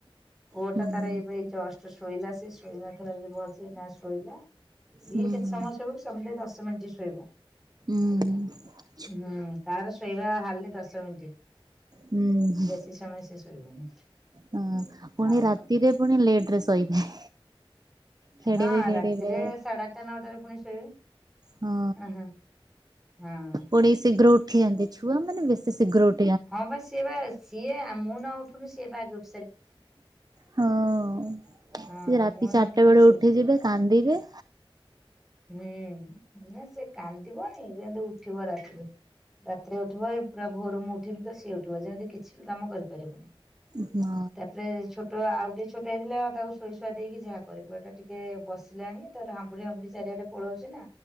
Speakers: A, in the centre; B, on the right.
A: ପୁଅ
B: ହୁଁ
A: ଟା ତାର
B: ହୁଁ
A: ଏବେ ଏଇ ଜଷ୍ଟ ଶୋଇଲା ସେ ଶୋଇ ନଥିଲା ଯେ ଭଲସେ ନା ଶୋଇଲା। ସିଏ
B: ହୁଁ
A: କେତେ
B: ହୁଁ
A: ସମୟ ଶୋଇବକି ସମୁଦାୟ ଦଶ ମିନିଟ୍ ଶୋଇବ।
B: ହୁଁଉଁ।
A: ହୁଁ, ତାର ଶୋଇବା ହାଡଲି ଦଶ ମିନିଟ୍।
B: ହୁଁ,
A: ବେଶୀ ସମୟ ସେ ଶୋଇବନି
B: ହ ପୁଣି
A: ଆଉ
B: ରାତିରେ ପୁଣି ଲେଟରେ ଶୋଇବେ। ଖେଳିବେ
A: ହଁ,
B: ଖେଳିବେ
A: ରାତିରେ ସାଢେଆଠଟା ନଅଟାରେ ପୁଣି ଶୋଇବେ।
B: ହଁ
A: ଉଁ ହୁଁ ହଁ
B: ପଢ଼େଇ ଶୀଘ୍ର ଉଠି ଯାନ୍ତି ଛୁଆମାନେ ବେଶୀ ଶୀଘ୍ର ଉଠନ୍ତି।
A: ହଁବା ସିଏବା ସିଏ ମୁଁ ନ ଉଠୁଣୁ ସିଏ ବା ଆଗ ଉଠେ।
B: ହଁ,
A: ହଁ
B: ସେରାତି
A: ମୁଁ ନ
B: ଚାରିଟା
A: ଉଠୁନି
B: ବେଳେ
A: ସିଏ
B: ଉଠିଯିବେ
A: ଉଠି ସାରିବଣି
B: କାନ୍ଦିବେ।
A: ହୁଁ ନାସେ କାନ୍ଦିବନି ଯେହେତୁ ଉଠିବ ରାତିରେ। ରାତିରେ ଉଠିବ ଏ ପୁରା ଭୋରରୁ ମୁଁ ଉଠିବି ତ ସିଏ ଉଠିବ ଯେମିତି କିଛି ବି କାମ କରିପାରିବୁନି।
B: ହଁ।
A: ତାପରେ ଛୋ ତ ଆଉ ଟିକେ ଛୋଟ ହେଇଥିଲା ଆ ତାକୁ ଶୋଇ ଶୁଆ ଦେଇକି ଯାହାକରିବୁ ଏଟା ଟିକେ ବିସିଲାଣି ତାର ହାମୁଁଡାଇ, ହାମୁଁଡାଇ ଜାରିଆଡେ ପଳଉଛି ନା